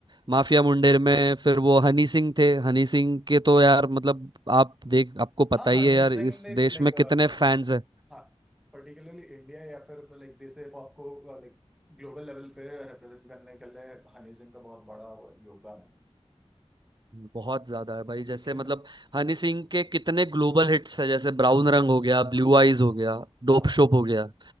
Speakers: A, on the right; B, in the centre.
A: Mafia Mundeer में फिर वो हनी सिंह थे हनी सिंह के तो यार मतलब आप देख आपको पता
B: हाँ हनी
A: ही है यार
B: सिंह
A: इस
B: ने
A: देश
B: लाइक
A: में कितने फैंस हैं।
B: हाँ पर्टिकुलरली इंडिया या फिर लाइक जैसे हिप हॉप को लाइक ग्लोबल लेवल पे रिप्रेजेंट करने के लिए हनी सिंह का बहुत बड़ा वो है, योगदान है
A: बहुत ज्यादा है भाई जैसे
B: लेकिन
A: मतलब हनी सिंह के कितने ग्लोबल हिट्स है जैसे ब्राउन रंग हो गया ब्लू आइज हो गया
B: हाँ
A: डोप शोप हो गया